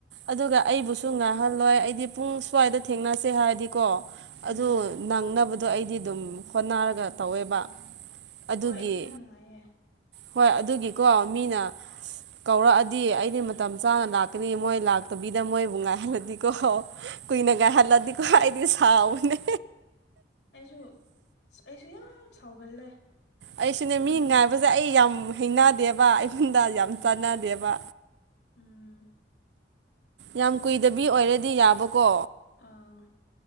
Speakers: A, on the right; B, on the left.
A: ꯑꯗꯨꯒ ꯑꯩꯕꯨꯁꯨ ꯉꯥꯡꯍꯜꯂꯣꯏ ꯑꯩꯗꯤ ꯄꯨꯡ ꯁ꯭ꯋꯥꯏꯗ ꯊꯦꯡꯅꯁꯦ ꯍꯥꯏꯔꯗꯤꯀꯣ
B: ꯎꯝ
A: ꯑꯗꯨ ꯅꯪꯅꯕꯗꯣ ꯑꯩꯗꯤ ꯑꯗꯨꯝ ꯍꯣꯠꯅꯔꯒ ꯇꯧꯋꯦꯕ ꯑꯗꯨꯒꯤ
B: ꯍꯣꯏ ꯑꯗꯨꯅ ꯅꯨꯡꯉꯥꯏꯌꯦ
A: ꯍꯣꯏ ꯑꯗꯨꯒꯤꯀꯣ ꯃꯤꯅ ꯀꯧꯔꯛꯑꯗꯤ ꯑꯩꯗꯤ ꯃꯇꯝ ꯆꯥꯅ ꯂꯥꯛꯀꯅꯤ ꯃꯣꯏ ꯂꯥꯛꯇꯕꯤꯗ ꯃꯣꯏꯕꯨ ꯉꯥꯏꯍꯜꯂꯗꯤꯀꯣ ꯀꯨꯏꯅ ꯉꯥꯏꯍꯜꯂꯗꯤ ꯑꯩꯗꯤ ꯁꯥꯎꯕꯅꯦ
B: ꯑꯩꯁꯨ ꯑꯩꯁꯨ ꯌꯥꯝ ꯁꯥꯎꯒꯜꯂꯦ
A: ꯑꯩꯁꯨꯅꯦ
B: ꯑꯗꯨꯃꯥꯏꯅ
A: ꯃꯤ ꯉꯥꯏꯕꯁꯦ
B: ꯇꯧꯔꯗꯤ
A: ꯑꯩ ꯌꯥꯝ ꯍꯩꯅꯗꯦꯕ ꯑꯩꯉꯣꯟꯗ
B: ꯍꯣꯏ
A: ꯌꯥꯝ ꯆꯥꯟꯅꯗꯦꯕ
B: ꯎꯝ ꯑꯩꯈꯣꯏꯒꯤ
A: ꯌꯥꯝ ꯀꯨꯏꯗꯕꯤ ꯑꯣꯏꯔꯗꯤ ꯌꯥꯕꯀꯣ
B: ꯑꯥ